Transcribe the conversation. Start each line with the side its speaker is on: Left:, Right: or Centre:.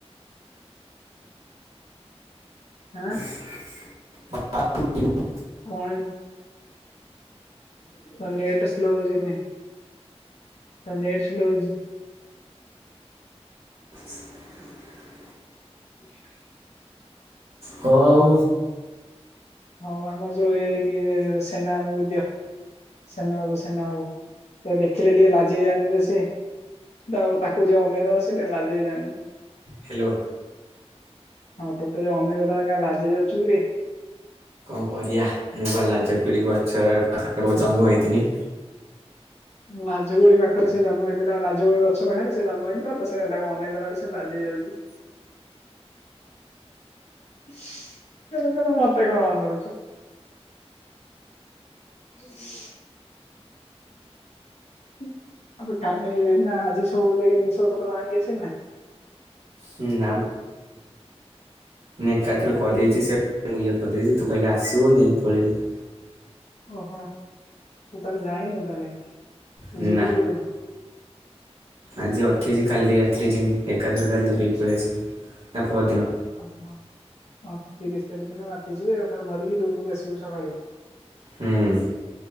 Left: ଆଁ
Right: <unintelligible>
Left: କଣ କଣ ନେଟ ସ୍ଲୋ ହଉଚି ନେ। ନେଟ ସ୍ଲୋ ହଉଚି।
Right: <inaudible>
Left: <inaudible>
Right: ହଉ।
Left: ହଉ ଆମ ଯୋଉ। <unintelligible> ସେନା ବାବୁ ସେନା ବାବୁ ସେ ଦେଖିଲେ ଟିକେ ଲାଜେଇ ଯାଆନ୍ତି ତ ସେ। ଆଉ ତାକୁ ଯିଏ ଅନେଇଦବ ସେ ଟିକେ ଲାଜେଇ ଯାଆନ୍ତି।
Right: ହ୍ୟାଲୋ
Left: ହଁ ତୋତେ ଯିଏ ଅନେଇ ଦେଲେ କାଇଁ ଲାଜେଇ ଯାଉଚୁ କିରେ।
Right: କଣ କରିବା ମୁଁ ପା ଲାଜ କୁଳି ଗଛର ପାଖରେ ମୁଁ ଜନ୍ମ ହୋଇଥିନି।
Left: ଲାଜୁକୁଳି ପାଖରେ ସେ ଜନ୍ମ ହେଇଥିଲା ଲାଜକୁଳି ଗଛ ପାଖରେ ସେ ଜନ୍ମ ହେଇଥିଲା ତ ସେ ତାକୁ ଅନେଇ ଦେଲାଠୁ ସେ ସେ ଲାଜେଇ ଯାଉଚି। <unintelligible> ମତେ କଣ ଅନଉଚୁ। <inaudible> <unintelligible> ଆଜି ସବୁ ଯାଇକି ଭୃସଙ୍ଗ ପତ୍ର ଆଣିକି ଆସିବେ ନା।
Right: <unintelligible> ମୁଁ ଏକାଥରେ କହିଦେଇଚି
Left: କି
Right: ସେ ମୁଁ ଇଏ କରିଦେଇଚି ତୁ ଖାଲି ଆସିବୁ ନେଇକି ପଳେଇବୁ
Left: ଓହୋ ତୁ ତାହେଲେ ଯାଇନୁ ତାହେଲେ। ତୁ
Right: ନା
Left: ଯିବୁ କୋଉ ଦିନ?
Right: ଆଜି ଅଠେଇଶି କାଲି ରାତିରେ ଯିମି। ଏକାଥରେ କାଲି ଧରିକି ପଳେଇ ଆସିବି। ତା ପଅର ଦିନ।
Left: ଓହୋ ଓହୋ ତିରିଶ ତାରିଖ ଦିନ ରାତିଯିବୁ ଏକା ଥରେ ଧରିକିରୁମ୍ କୁ ଆସିବୁ ସକାଳୁ।
Right: ହୁଁ।